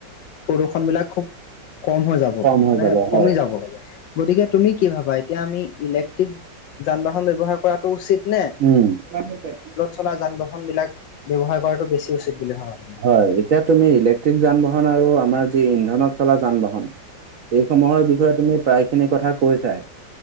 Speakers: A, on the left (about 75°); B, on the right (about 60°).
A: প্ৰদূষণ বিলাক খুব কম হৈ যাব
B: কম হৈ
A: মানে
B: যাব
A: কমি
B: হয়।
A: যাব। গতিকে তুমি কি ভাবা? এতিয়া আমি ইলেক্ট্ৰিক যান বাহন ব্যৱহাৰ কৰাটো উচিত নে?
B: ক সেইট <unintelligible>
A: লা যান বাহন বিলাক ব্যৱহাৰ কৰাটো বেছি উচিত বুলি ভাবা তুমি।
B: হয় এতিয়া তুমি ইলেক্ট্ৰিক যান বাহন আৰু আমাৰ যি ইন্ধনত চলা যান বাহন এইসমূহৰ বিষয়ে তুমি প্ৰায় খিনি কথা কৈছাই।